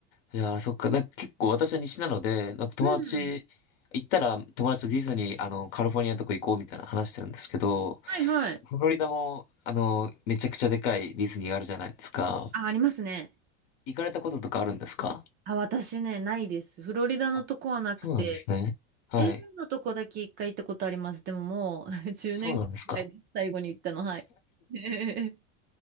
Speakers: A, on the left; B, on the right.
A: いやー、そっか。なんか結構私は西なので、なんか友達、
B: うん。
A: 行ったら友達とディズニー、あの、カリフォルニアのとこ行こうみたいな話してるんですけど、
B: はいはい。
A: フロリダも、あの、めちゃくちゃでかいディズニーがあるじゃないですか。
B: あ、ありますね。
A: 行かれたこととかあるんですか
B: あ、私ね、ないです。フロリダのとこはなくて、
A: あ、そうなんですね。はい。
B: ールのとこだけ一回行ったことあります。でももう <laughs> 10年ぐらい前です。
A: そうなんですか。
B: 最後に行ったの、はい。<laughs>